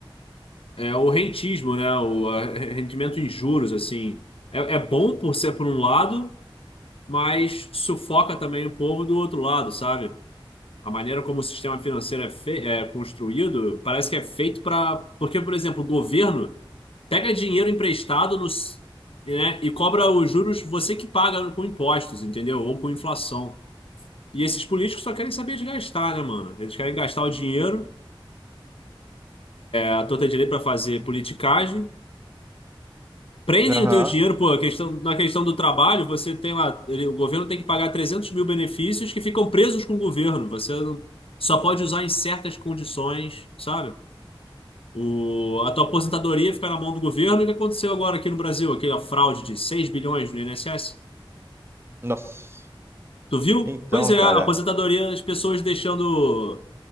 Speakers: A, on the left (about 80°); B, on the right (about 25°).
A: é o rentismo, né? O é, rendimento em juros, assim. É, é bom por ser por um lado, mas sufoca também o povo do outro lado, sabe? A maneira como o sistema financeiro é, fe é construído parece que é feito para. Porque, por exemplo, o governo pega dinheiro emprestado nos, né, e cobra os juros você que paga com impostos, entendeu? Ou com inflação. E esses políticos só querem saber de gastar, né, mano? Eles querem gastar o dinheiro à torta direito para fazer politicagem. Prendem
B: Aham.
A: o teu dinheiro, pô, a questão, na questão do trabalho, você tem lá, ele- o governo tem que pagar 300 mil benefícios que ficam presos com o governo. Você não- só pode usar em certas condições, sabe? O, a tua aposentadoria fica na mão do governo. O que aconteceu agora aqui no Brasil? Aquela fraude de 6 bilhões no INSS?
B: Nossa.
A: Tu viu?
B: Então,
A: Pois é,
B: cara.
A: a aposentadoria, as pessoas deixando